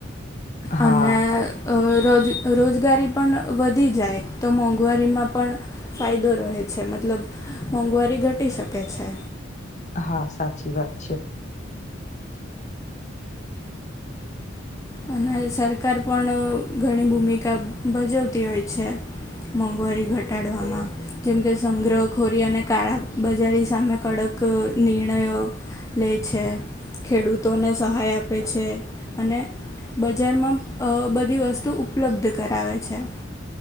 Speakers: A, on the left (about 40°); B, on the left (about 15°).
A: હા
B: અને- રોજ રોજગારી પણ વધી જાય તો મોંઘવારીમાં પણ- ફાયદો રહે છે મતલબ મોંઘવારી ઘટી શકે છે.
A: હા સાચી વાત છે.
B: અને સરકાર પણ ઘણી ભૂમિકા ભજવતી હોય છે. મોંઘવારી ઘટાડવામાં જેમકે સંગ્રહખોરી અને કાળા બજારી સામે કડક- એક નિર્ણયો- લે છે ખેડૂતોને સહાય આપે છે અને- બજારમાં બધી વસ્તુ ઉપલબ્ધ કરાવે છે.